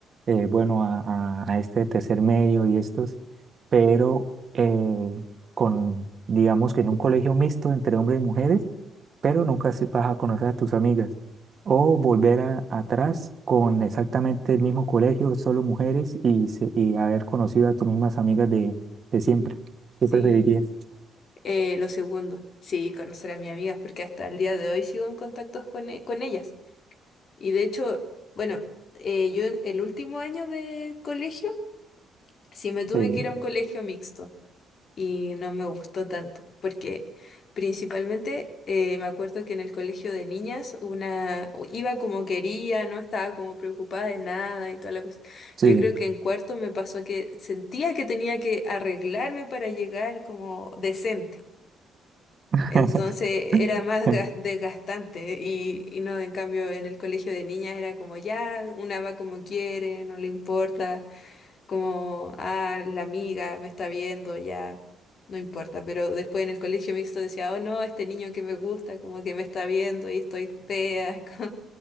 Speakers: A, on the right (about 45°); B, on the left (about 55°).
A: eh, bueno, a, a- a este tercer medio y estos, pero eh, con, digamos que en un colegio mixto entre hombres y mujeres, pero nunca se- vas a conocer a tus amigas. O volver a- atrás con exactamente el mismo colegio, solo mujeres y, se- y haber conocido a tus mismas amigas de, de siempre. ¿Qué
B: sí,
A: preferirías?
B: eh, lo segundo, sí, conocer a mis amigas, porque hasta el día de hoy sigo en contactos con, e- con ellas. Y de hecho, bueno, eh, yo en- el último año de colegio, sí me tuve
A: Sí,
B: que ir a un colegio mixto y no me gustó tanto, porque principalmente eh, me acuerdo que en el colegio de niñas una iba como quería, no estaba como preocupada de nada y toda la cosa.
A: sí.
B: Yo creo que en cuarto me pasó que sentía que tenía que arreglarme para llegar como decente.
A: <laughs>
B: Entonces era más
A: <laughs>
B: gas- desgastante y, y no, en cambio, en el colegio de niñas era como ya, una va como quiere, no le importa, como, ah, la amiga me está viendo, ya, no importa. Pero después en el colegio mixto decía, oh no, este niño que me gusta, como que me está viendo y estoy fea, <laughs> como,